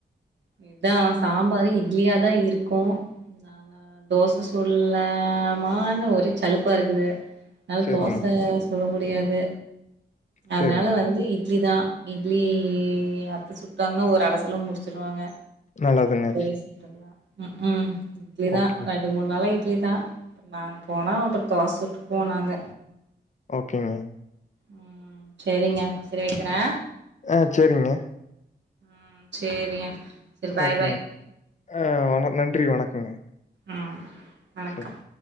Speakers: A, on the right; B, on the left.
A: இதான் சாம்பார் இட்லியா தான் இருக் கு நான் தோச சூல்லமா ஒரே சலுப்பா இருக்குது அதனால
B: சரிங்க,
A: தோச சுட முடியாது அதனால
B: சரிங்க.
A: வந்து இட்லி தா இட்லி அத்த சுட்டாங்கன்னா ஒரு அடைசலும் முடிச்சு வாங்க
B: நல்லதுங்க.
A: வேஸ்ட் பண்ணுவா ம் உம் இப்பதான்
B: ஓகே,
A: ரெண்டு மூணு நாளா ட்லிதான் நாங்க போனா அப்புறம் தோச சுட்டுக்குவோ நாங்க
B: ஓகேங்க.
A: ம் செரிங்க செரி வைக்கிறே
B: ஆ சேரிங்க
A: ம் சேரியா செரி பாய்
B: ஓகேங்க.
A: பாய்
B: ஆ நன்றி வணக்கங்க
A: ம் வணக்கம்
B: சரி.